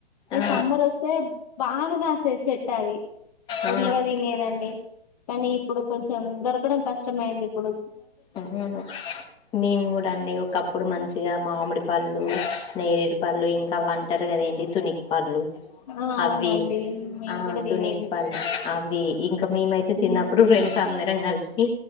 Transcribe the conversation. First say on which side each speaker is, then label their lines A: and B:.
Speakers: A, on the left; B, on the left.
A: ఏ
B: ఆ
A: సమ్మర్ వస్తే బాగా కాస్తది చెట్టు అది ఫుల్
B: ఆ
A: గా తినేదండి కానీ ఇప్పుడు కొంచెం దొరకడం కష్టమయిందిప్పుడు
B: అవును మేము కూడా అండి ఒకప్పుడు మంచిగా మామిడి పళ్ళు నేరేడి పళ్ళు ఇంకా అవ్వంటరు కద ఏంటి తునికి పళ్ళు
A: ఆ
B: అవ్వి
A: అవునండి మేము
B: ఆ
A: కూడా తినేది
B: తునికి పల్ అవ్వి ఇంక మేమైతే
A: మ్మ్.
B: చిన్నప్పుడు ఫ్రెండ్స్ అందరం కలిసి